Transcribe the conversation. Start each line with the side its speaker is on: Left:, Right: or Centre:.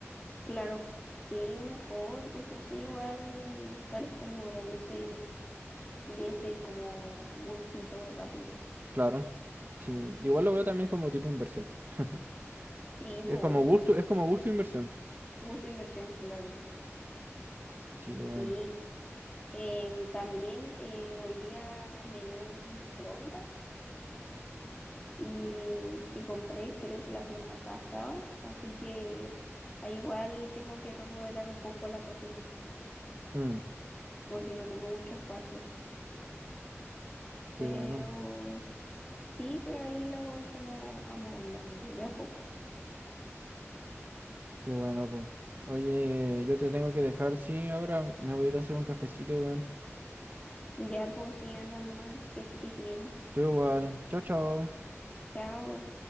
Left: claro, sí, mejor, porque así igual sales como de ese, de ese como gustito rápido.
Right: claro. Sí, igual lo veo también como tipo inversión. <laughs>
Left: Sí,
Right: Es
Left: po,
Right: como
Left: obvio,
Right: gusto, es como gusto e inversión.
Left: gusto inversión, claro,
Right: Sí, bueno.
Left: sí. Em, también eh, hoy día me llegó un microondas y que compré creo que la semana pasada, así que ahí igual tengo que remodelar un poco la cocina
Right: Mm,
Left: porque no tengo mucho espacio,
Right: qué
Left: pero
Right: bueno.
Left: sí, pero ahí lo voy como amoblando de a poco.
Right: Qué bueno, pues. Oye, yo te tengo que dejar, sí, ahora me voy a ir a hacer un cafecito, weón.
Left: Ya pues sí, anda nomás, que estés bien.
Right: Tú igual. Chao, chao.
Left: Chao.